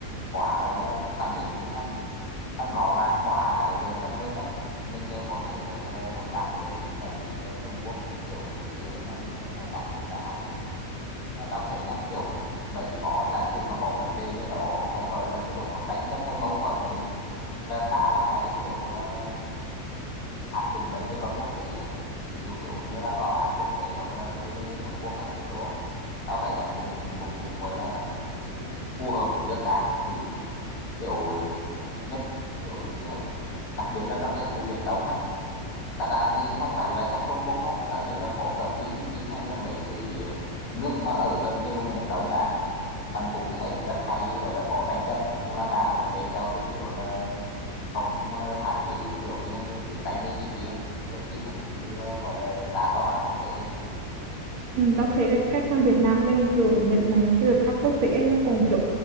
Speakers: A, on the left; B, on the right.
A: quá gọi là phản ứng hắn hắn rõ ràng quá giữa các nước ấy mình đều có thể gọi là hợp tác với cả Mỹ và Trung Quốc kiểu đứng dưới mà mình vẫn hợp tác được cả hai bên Mà tao thấy nha kiểu mấy có giả sử mà có vấn đề như đó hay gọi là kiểu tranh chấp hay mâu thuẫn gì á là ta là hay kiểu là áp dụng mấy cái luật quốc tế á ví dụ kiểu đưa ra tòa án quốc tế hoặc là đưa lên Liên Hợp Quốc các thứ đó á. tao thấy hắn cùng cùng cùng gọi là hắn ít phù hợp với nước ta ừ kiểu ờ, nhất kiểu là chỉ hay đặc biệt là trong cái vụ Biển Đông á Thật ra thì không phải là chắc Trung Quốc đâu. Tao nhớ là có cả Philippines hay là mấy cái ờ, nước mà ở gần cái vùng Biển Đông ta. Hắn cũng sẽ rất hay gọi là có tranh chấp. Nhưng mà ta vẫn kế theo cái kiểu là không ờ, hạn chế kiểu như là chiến tranh hay chi chi á. Cái chi cũng đưa gọi là ra tòa án quốc tế hết.
B: Ừ, tao thấy là cách mà Việt Nam mình kiểu nhấn mạnh cái luật pháp quốc tế ấy, nó còn kiểu